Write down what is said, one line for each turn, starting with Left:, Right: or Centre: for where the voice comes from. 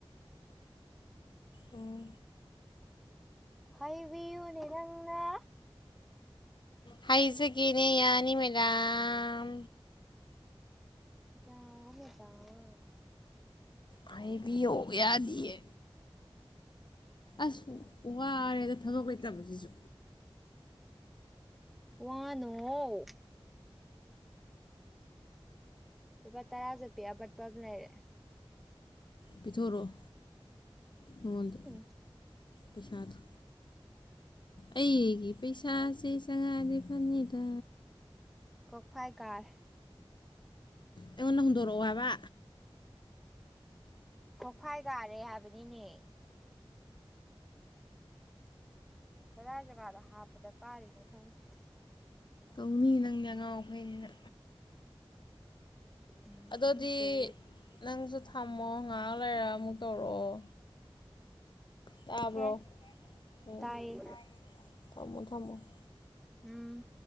Left: ꯑꯣ
Centre: ꯍꯥꯏꯕꯤꯌꯨꯅꯦ ꯅꯪꯅ
Left: ꯍꯥꯏꯖꯒꯦꯅꯦ ꯌꯥꯅꯤ ꯃꯦꯗꯥꯝ
Centre: <inaudible>
Left: ꯍꯥꯏꯕꯤꯌꯣ ꯌꯥꯗꯤꯌꯦ ꯑꯁ ꯋꯥꯔꯦꯗ ꯊꯕꯛ ꯂꯩꯇꯕꯁꯤꯁꯨ
Centre: ꯋꯥꯅꯣ ꯍꯥꯎ ꯂꯨꯄꯥ ꯇꯔꯥ ꯆꯠꯄꯤ ꯑꯄꯠꯄ ꯑꯃ ꯂꯩꯔꯦ
Left: ꯄꯤꯊꯣꯔꯑꯣ ꯃꯪꯑꯣꯟꯗ
Centre: ꯎꯝ
Left: ꯄꯩꯁꯥꯗꯣ ꯑꯩꯑꯩꯒꯤ ꯄꯩꯁꯥꯁꯦ ꯆꯪꯉꯛꯑꯗꯤ ꯐꯅꯤꯗ
Centre: ꯀꯣꯛꯐꯥꯏꯀꯥꯔꯦ
Left: ꯑꯩꯉꯣꯟꯗ ꯍꯨꯟꯗꯣꯔꯛꯑꯣ ꯍꯥꯏꯕ
Centre: ꯀꯣꯛꯐꯥꯏ ꯀꯥꯔꯦ ꯍꯥꯏꯕꯅꯤꯅꯦ ꯀꯗꯥꯏ ꯖꯒꯥꯗ ꯍꯥꯞꯄꯗ ꯀꯥꯏꯔꯤꯅꯣ ꯈꯪꯗꯦ
Left: ꯇꯧꯅꯤ ꯅꯪꯗꯤ ꯑꯉꯥꯎ ꯑꯐꯩꯅꯤꯅ
Centre: ꯎꯝ
Left: ꯑꯗꯨꯗꯤ
Centre: ꯈꯪꯗꯦ
Left: ꯅꯪꯁꯨ ꯊꯝꯃꯣ ꯉꯥꯏꯍꯥꯛ ꯂꯩꯔ ꯑꯃꯨꯛ ꯇꯧꯔꯛꯑꯣ ꯇꯥꯕ꯭ꯔꯣ
Centre: ꯀꯦ
Left: ꯎꯝ
Centre: ꯇꯥꯏꯌꯦ
Left: ꯇꯥꯏꯌꯦ ꯊꯝꯃꯣ <unintelligible>
Centre: ꯎꯝ